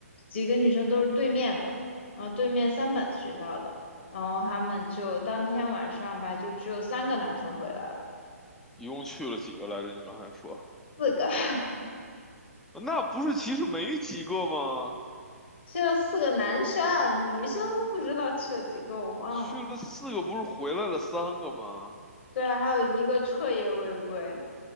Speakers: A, on the left; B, in the centre.
A: 几个女生都是对面的，然后对面三本学校的。然后他们就当天晚上吧，就只有三个男生回来了，
B: 一共去了几个来着？你刚才说，
A: 四个 <laughs>
B: 呃那不是其实没几个吗？
A: 去了四个男生，女生不知道去了几个，我忘了。
B: 去了四个，不是回来了三个吗？
A: 对，啊，还有一个彻夜未归，